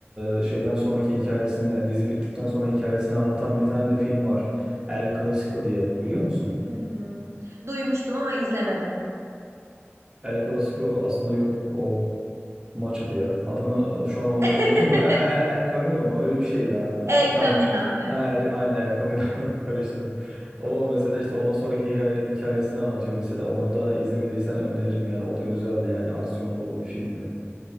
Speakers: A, on the right; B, on the right.
A: e, şeyden sonraki hikayesini, dizi bittikten sonra hikayesini anlatan bir tane de film var. El Clasico diye. Biliyor musun?
B: Hı hı. Duymuştum ama izlemedim.
A: El Clasico aslında yok. O Maç adı ya. Adını e, şu an
B: <laughs>
A: unuttum da. E- e- El Camilo mu? Öyle bir şey ya.
B: El
A: E, Tamam.
B: Camino. Evet,
A: E, El, aynen El Camilo <laughs> karıştırdım. O mesela işte ondan sonraki hikaye- hikayesini anlatıyor mesela. Onu da izlemediysen öneririm yani. O da güzeldi yani. Aksiyon dolu bir filmdi.